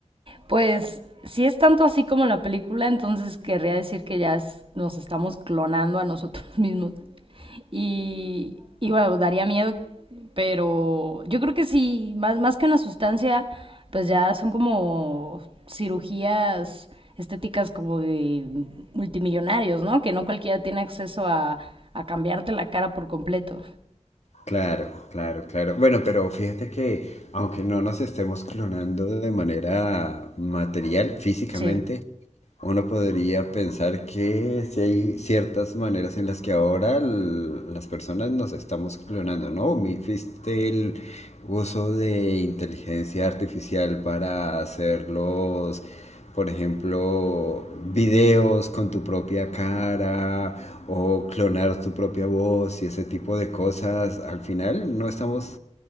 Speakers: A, on the right (about 45°); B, on the left (about 60°).
A: Pues si es tanto así como la película, entonces querría decir que ya es- nos estamos clonando a nosotros <laughs> mismos. Y, y bueno, daría miedo, pero yo creo que sí, más, más que una sustancia, pues ya son como cirugías estéticas como de multimillonarios, ¿no? Que no cualquiera tiene acceso a, a cambiarte la cara por completo.
B: Claro, claro, claro. Bueno, pero fíjate que aunque no nos estemos clonando de manera material, físicamente,
A: Sí,
B: uno podría pensar que si hay ciertas maneras en las que ahora l- las personas nos estamos clonando, ¿no? Mi- Viste el uso de inteligencia artificial para hacer los, por ejemplo, videos con tu propia cara o clonar tu propia voz y ese tipo de cosas. Al final no estamos